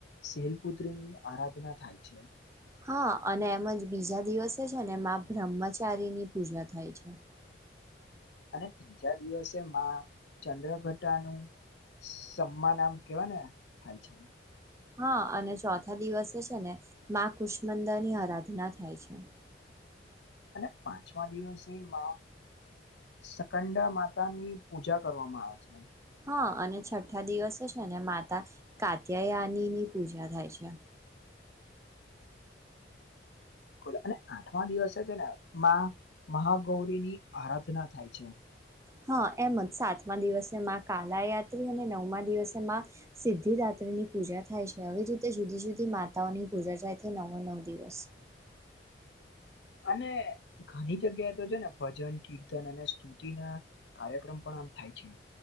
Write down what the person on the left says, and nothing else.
શેલપુત્રી ની આરાધના થાય છે
અને ત્રીજા દિવસે માં ચંદ્ર ઘટાનું સમમા નામ કેવાના થાય છે
અને પાંચમા દિવસે મા સકંડા માતા ની પૂજા કરવામાં આવે છે
બિલકુલ અને આઠમા દિવસે છે ને માં મહાગૌરીની આરાધના થાય છે
અને ઘણી જગ્યાએ તો છે ને ભજન કીર્તન અને સ્તુતિ ના કાર્યક્રમ પણ થાય છે